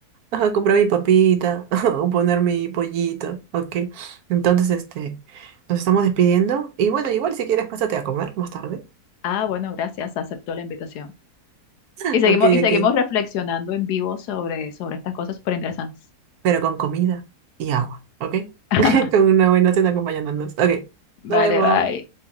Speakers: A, on the right (about 70°); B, on the left (about 85°).
A: Ajá, comprar mi papita <laughs> o poner mi pollito, ok. Entonces, este, nos estamos despidiendo. Y bueno, igual si quieres, pásate a comer más tarde.
B: Ah, bueno, gracias, aceptó la invitación.
A: <laughs>
B: Y seguimos,
A: Ok,
B: y seguimos
A: ok.
B: reflexionando en vivo sobre, sobre estas cosas súper interesantes.
A: Pero con comida y agua, ok.
B: <laughs>
A: <laughs> Con una buena cena acompañándonos. Ok,
B: Vale,
A: nos vemos.
B: bye.